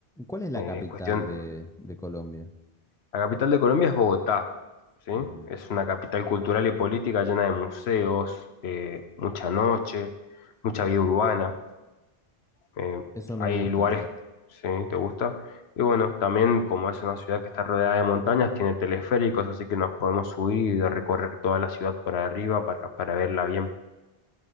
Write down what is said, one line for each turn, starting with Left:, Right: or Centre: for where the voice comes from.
Centre: ¿Cuál es la
Left: Eh,
Centre: capital
Left: es cuestión,
Centre: de, de Colombia?
Left: La capital de Colombia es Bogotá, ¿sí?
Centre: Ujú.
Left: Es una capital cultural y política llena de museos, eh, mucha noche, mucha vida urbana. eh,
Centre: Eso me
Left: hay
Centre: gusta,
Left: lugares,
Centre: me gusta.
Left: ¿sí? ¿Te gusta? Y bueno, también como es una ciudad que está rodeada de montañas, tiene teleféricos, así que nos podemos subir y recorrer toda la ciudad por arriba para, para verla bien.